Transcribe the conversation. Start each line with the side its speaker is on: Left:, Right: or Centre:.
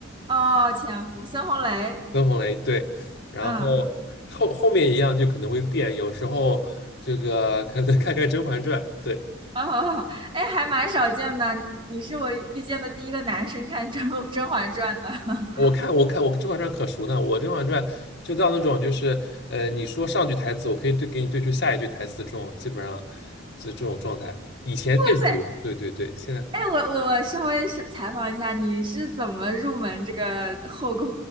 Right: 哦，《潜伏》孙红雷。
Left: 孙红雷对，然后后后面一样就可能会变，
Right: 嗯。
Left: 有时候这个可能看看《甄嬛传》，对
Right: <laughs> 好好好，哎，还蛮少见的。你是我遇见的第一个男生看甄《甄嬛传》的。<laughs> 哇
Left: 我看我看我《甄嬛传》可熟呢，我《甄嬛传》就到那种就是呃你说上句台词，我可以对给你对出下一句台词，这种基本上就这种状态，以前更熟，
Right: 塞，
Left: 对对对，现在
Right: 哎，我我我稍微是采访一下，你是怎么入门这个后宫